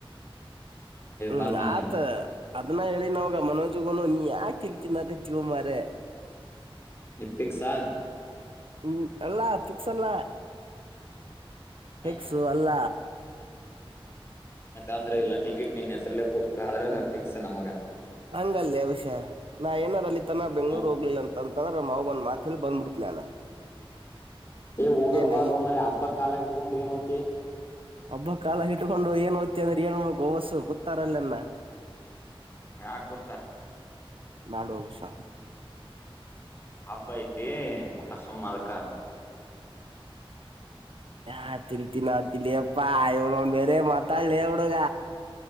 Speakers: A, on the right (about 70°); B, on the left (about 25°).
A: ಹ್ಮ್
B: ಬಂದ್ ಅಂದ್ರ
A: ಆತ
B: ಹಿಂಗ
A: ಅದ್ನ್ನ ಹೇಳಿ ನವಾಗ ಮನೋಜಗನು ನೀ ಯಾಕೆ ತಿನ್ ತಿನ್ನಾಕ. ತ್ಯು ಮರೆ.
B: ನಿಪ್ಪಿಕ್ಸಾ.
A: ಹ್ಮ ಎಲ್ಲಾ ಸ್ ಅಲ್ಲ ಫಿಕ್ಸು
B: ಹ್ಮ್
A: ಅಲ್ಲ <unintelligible>
B: ಮತ್ತ್ ಅಂದ್ರೆ ಇಲ್ಲ ಟಿಕೆಟ್ ನಿನ್ ಹೆಸರಲೆೇ ಬುಕ್ ಆದ್ರೆ ಫಿಕ್ಸ್ ನಮಗ
A: ಹಂಗಲ್ಲಿ ವಿಷಃ ನಾ ಏನಾರ ಅಲ್ಲಿ ತನ ಬೆಂಗ್ಳೂರು
B: ಹ್ಮ್.
A: ಹೋಗ್ಲಿಲ್ಲ ಅಂತಂತ್ ಅಂತದ್ರೆ ನಮ್ ಮಾವುಗ ಒಂದ್ ಮಾತಲ್ಲಿ ಬಂದ್ಬಿಡ್ತ ನಾನ
B: ಏ ಹೋಗಲ್
A: ಏನ್
B: ಬಾರೋ
A: ಈ
B: ಮಾರಾಯ ಹಬ್ಬ ಕಾಲ ಪುಂಡ ಏನುೋತಿ.
A: ಒಬ್ಬ ಕಾಲ ಹ ಇಟ್ಕೊಂಡು ಏನ್ ಓ್ತಿ ಅಂದ್ರೆ ಹೇಳ್ಬೇಕು ವಸ್ಸು ಗೊತ್ತಾರಲ್ಲನ್ನ.
B: ಯಾಕೆ ಕೊರ್ತಾರ.
A: ಮಾಡಳುವುವಷ
B: ಹಬ್ಬ ಐತಿ ಬಾ ಸುಮ್ಮ ಅದಕ್ಕ
A: ಹ ತಿರು ತಿನ ತಿ. ಹ ಬೇರೆ ಮಾತಾ ಲೇ ಹುಡುಗ.